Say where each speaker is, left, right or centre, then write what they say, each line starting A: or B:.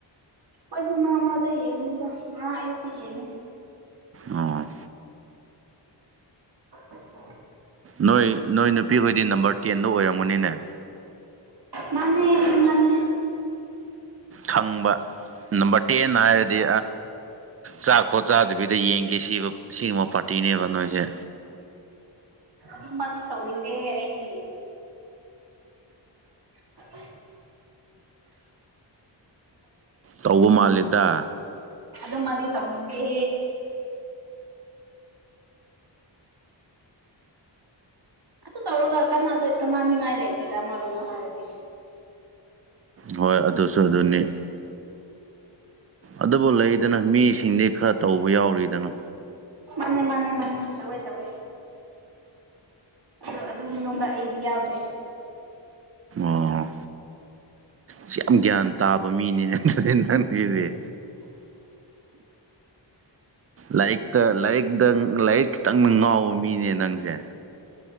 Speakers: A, on the right; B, on the right.
A: ꯑꯩꯁꯨ ꯃꯔꯛ ꯃꯔꯛꯇ ꯌꯦꯡꯅꯤꯗ ꯉꯥ ꯑꯌꯨꯛꯇꯤ ꯌꯦꯡꯉꯦ꯫
B: ꯑꯣ
A: <inaudible>
B: ꯅꯣꯏ ꯅꯣꯏ ꯅꯨꯄꯤꯍꯣꯏꯗꯤ ꯅꯝꯕꯔ ꯇꯦꯟꯗꯣ ꯑꯣꯏꯔꯝꯒꯅꯤꯅꯦ꯫
A: ꯃꯥꯅꯦ ꯃꯥꯅꯦ꯫
B: ꯈꯪꯕ ꯅꯝꯕꯔ ꯇꯦꯟ ꯍꯥꯏꯔꯗꯤ꯫ ꯆꯥꯛ ꯄꯣꯠ ꯆꯥꯗꯕꯤꯗ ꯌꯦꯡꯒꯦ ꯁꯤ ꯁꯤꯒꯨꯝꯕ ꯄꯥꯔꯇꯤꯅꯦꯕ ꯅꯣꯏꯁꯦ꯫
A: ꯑꯗꯨꯝꯕꯗꯤ ꯇꯧꯅꯤꯡꯗꯦ ꯑꯩꯗꯤ꯫ <inaudible>
B: ꯇꯧꯕ ꯃꯥꯜꯂꯦꯗ
A: ꯑꯗꯨꯗ ꯃꯥꯗꯤ ꯇꯅꯤꯡꯗꯦ ꯑ ꯇꯧꯔꯒ ꯀꯅꯥ ꯀꯃꯅꯤꯡꯉꯥꯏ ꯂꯩꯇꯦꯗ ꯑꯃꯔꯣꯝꯗ ꯍꯥꯏꯔꯗꯤ
B: ꯍꯣꯏ ꯑꯗꯨꯁꯨ ꯑꯗꯨꯅꯤ ꯑꯗꯨꯕꯨ ꯂꯩꯗꯅ ꯃꯤꯁꯤꯡꯗꯤ ꯈꯔ ꯇꯧꯕ ꯌꯥꯎꯔꯤꯗꯅꯣ
A: ꯃꯥꯅꯦ ꯃꯥꯅꯦ ꯃꯥꯅꯦ ꯇꯋꯦ ꯇꯋꯦ ꯑ ꯑꯗꯨꯝ ꯅꯨꯡꯗ ꯑꯩꯗꯤ ꯌꯥꯎꯗꯦ
B: ꯑꯣ ꯁꯤ ꯌꯥꯝ ꯒ꯭ꯌꯥꯟ ꯇꯥꯕ ꯃꯤꯅꯤꯅꯦ ꯅꯪꯁꯤꯁꯦ ꯂꯥꯏꯔꯤꯛꯇ ꯂꯥꯏꯔꯤꯛꯇ ꯂꯥꯏꯔꯤꯛ ꯈꯤꯇꯪ ꯉꯥꯎꯕ ꯃꯤꯅꯦ ꯅꯪꯁꯦ